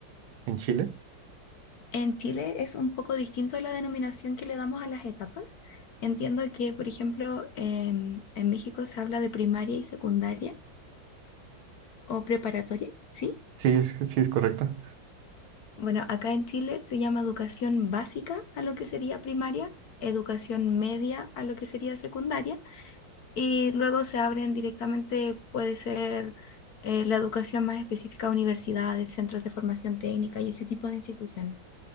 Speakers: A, on the right; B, on the left.
A: en Chile.
B: En Chile es un poco distinto la denominación que le damos a las etapas. Entiendo que, por ejemplo, em, en México se habla de primaria y secundaria o preparatoria, ¿sí?
A: Sí, es, sí es correcto.
B: Bueno, acá en Chile se llama educación básica a lo que sería primaria, educación media a lo que sería secundaria, y luego se abren directamente, puede ser eh, la educación más específica a universidades, centros de formación técnica y ese tipo de instituciones.